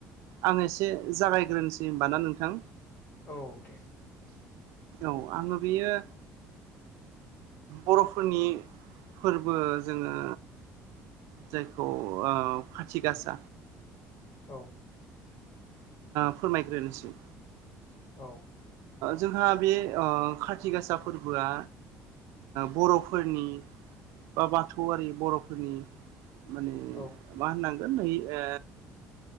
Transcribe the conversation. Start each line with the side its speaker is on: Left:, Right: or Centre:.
Right: आं एसे जागायग्रोनोसै होमबा ना नोंथां?
Left: औ दे
Right: औ आङो बेयो बर'फोरनि फोरबो जोङो जायखौ खाथि गासा
Left: औ
Right: फोरमायग्रोसै
Left: औ
Right: जोंहा बे खाथिग गासा फोरबोआ बर'फोरनि बा बाथौआरि बर'फोरनि माने
Left: औ
Right: मा होननांगोन नै ओ